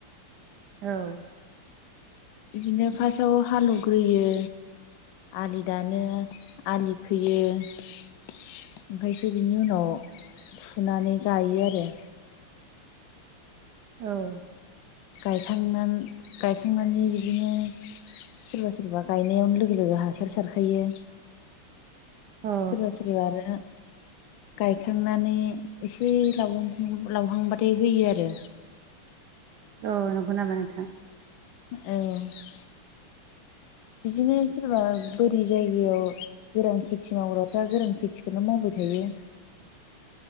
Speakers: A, on the right (about 75°); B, on the left (about 75°).
A: औ
B: बिदिनो फार्सट आव हालौग्रोयो आलि दानो आलि खोयो ओमफ्रायसो बिनि उनाव फुनानै गायो आरो।
A: औ
B: गायखांनानै गायखांनानै बिदिनो सोरबा सोरबा गायनायावनो लोगो लोगो हासार सारखायो।
A: औ
B: सोरबा सोरबा आरो गायखांनानै एसे लावहां लावहांबाथाय होयो आरो।
A: औ नंगौ नामा नोंथां।
B: औ बिदिनो सोरबा बोरि जायगायाव गोरान खेथि मावग्राफ्रा गोरान खेथिखौनो मावबाय थायो।
A: <inaudible>